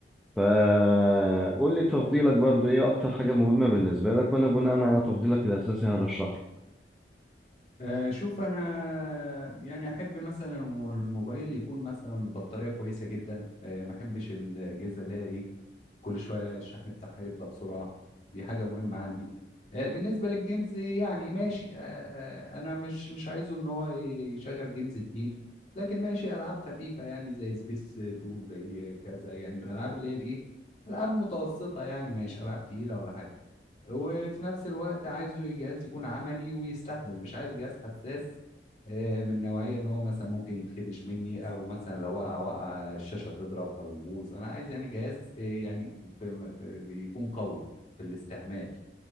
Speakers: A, in the centre; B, on the left (about 40°).
A: فقول لي تفضيلك برضو ايه اكتر حاجة مهمة بالنسبة لك وانا بناء على تفضيلك الاساسي هرشح لك
B: آه، شوف انا يعني احب مثلا الموبايل يكون مثلا بطاريه كويسه جدا آه، ما احبش الاجهزه اللي هي ايه كل شويه الشحن بتاعها يفضى بسرعه دي حاجه مهمه عندي آه، بالنسبه للجيمز يعني ماشي آه، آه، انا مش مش عايزه ان هو يشغل جيمز تقيل لكن ماشي العاب خفيفه يعني زي سبيس تول زي كذا يعني الالعاب اللي هي الايه العاب متوسطه يعني ماشي العاب تقيله ولا حاجه وفي نفس الوقت عايزه جهاز يكون عملي ويستحمل مش عايز جهاز حساس آه، من نوعية ان هو مثلا ممكن يتخدش مني او مثلا لو وقع وقع الشاشة تضرب او يبوظ انا عايز يعني جهاز آه، يعني في في بيكون قوي في الاستحمال